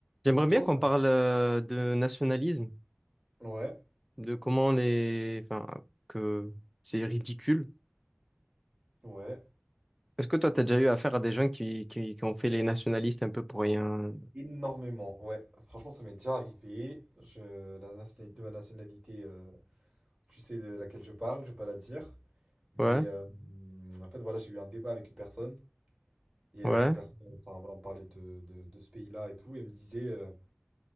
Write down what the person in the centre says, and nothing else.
J'aimerais
bien
qu'on
parle euh, de nationalisme,
de comment les... Enfin, que c'est ridicule.
Est-ce que toi, t'as déjà eu affaire à des gens qui, qui, qui ont fait les nationalistes un peu pour rien?
Ouais,
ouais,